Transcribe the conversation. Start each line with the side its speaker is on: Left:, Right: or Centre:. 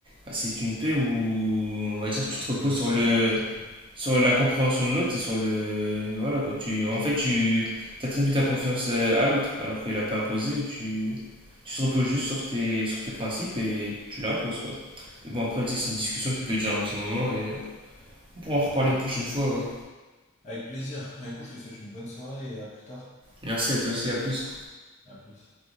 Right: bah, c'est une paix où, on va dire,
Left: Par
Right: tu te
Left: définition,
Right: reposes sur le
Left: elle est espérée.
Right: sur la compréhension de l'autre et sur le. Voilà quoi. Tu, en fait, tu attribues ta confiance euh, à l'autre, alors qu'elle n'a pas imposé. Tu, tu te reposes juste sur tes, sur tes principes et tu l'imposes quoi. Mais bon, après, tu
Left: Ouais,
Right: sais, c'est une
Left: c'est
Right: discussion
Left: ça.
Right: qui peut durer un petit moment et on pourra
Left: Exactement.
Right: en reparler une prochaine fois. ouais.
Left: Avec plaisir. Bah, écoute, je te souhaite une bonne soirée et à plus tard.
Right: Merci à toi aussi, à plus.
Left: À plus.